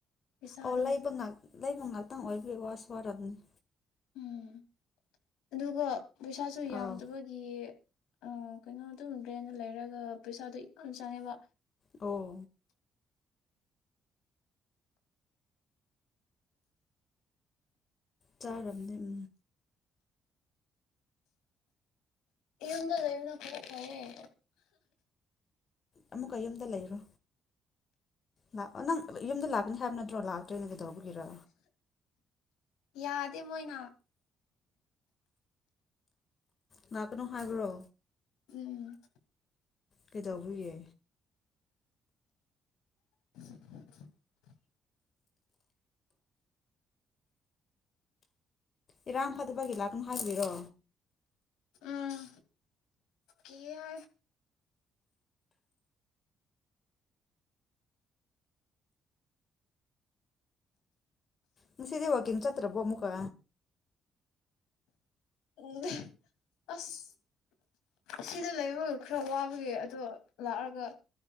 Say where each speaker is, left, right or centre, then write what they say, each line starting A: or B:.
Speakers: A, on the left (about 85°); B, on the left (about 50°).
A: ꯄꯩꯁꯥꯗꯣ
B: ꯑꯣꯂꯥꯏꯕꯉꯥ ꯂꯩꯕ ꯉꯥꯛꯇꯪ ꯑꯣꯏꯕꯒꯤ ꯋꯥꯁ ꯋꯥꯔꯕꯅꯤ
A: ꯎꯝ ꯑꯗꯨꯒ ꯄꯩꯁꯥꯁꯨ ꯌꯥꯝꯗꯕꯒꯤ
B: ꯑꯥ
A: ꯑ ꯀꯩꯅꯣ ꯑꯗꯨꯝ ꯂꯦꯟꯗ ꯂꯩꯔꯒ ꯄꯩꯁꯥꯗꯣ ꯌꯥꯝ ꯆꯪꯉꯦꯕ
B: ꯑꯣ ꯆꯥꯔꯕꯅꯤ
A: ꯏꯟꯗ ꯂꯩꯨꯅ ꯈꯔ ꯀꯔ
B: ꯑꯃꯨꯛꯀ ꯌꯨꯝꯗ ꯂꯩꯔꯣ ꯂꯥꯛꯑꯣ ꯅꯪ ꯌꯨꯝꯗ ꯂꯥꯛꯀꯅꯤ ꯍꯥꯏꯕ ꯅꯠꯇ꯭ꯔꯣ ꯂꯥꯛꯇꯣꯏꯅ ꯀꯩꯗꯧꯕꯒꯤꯔ
A: ꯌꯥꯗꯦ ꯃꯣꯏꯅ
B: ꯉꯍꯥꯛꯅꯣ ꯍꯥꯏꯕ꯭ꯔꯣ
A: ꯎꯝ
B: ꯀꯗꯧꯕꯌꯦ
A: <unintelligible>
B: ꯏꯔꯥꯝ ꯐꯠꯇꯕꯒꯤ ꯂꯥꯛꯅꯨ ꯍꯥꯏꯕꯤꯔꯣ
A: ꯎꯝ ꯀ ꯌꯥ
B: ꯉꯁꯤꯗꯤ ꯋꯥꯀꯤꯡ ꯆꯠꯇ꯭ꯔꯕꯣ ꯑꯃꯨꯛꯀ
A: ꯎ ꯑꯁ ꯁꯤꯗ ꯂꯩꯕ ꯈꯔ ꯋꯥꯕꯒꯤ ꯑꯗꯣ ꯂꯥꯛꯑꯒ